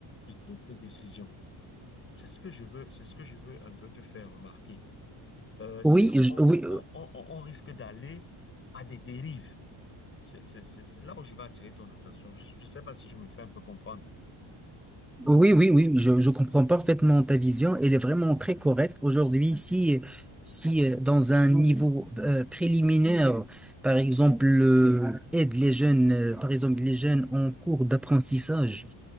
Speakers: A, on the left; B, in the centre.
A: de toutes les décisions. C'est ce que je veux, c'est ce que je veux un peu te faire remarquer. Euh, sinon,
B: Oui, je-
A: on,
B: oui,
A: on- on- on- on risque d'aller à des dérives. C'est c'est- c'est- c'est là où je vais attirer ton attention. Je ne sais pas si je me fais un peu comprendre.
B: Oui, oui, oui, je, je comprends parfaitement ta vision. Elle est vraiment très correcte. Aujourd'hui, si, si euh, dans un niveau euh, préliminaire, par exemple, euh, aide les jeunes, euh, par exemple, les jeunes en cours d'apprentissage,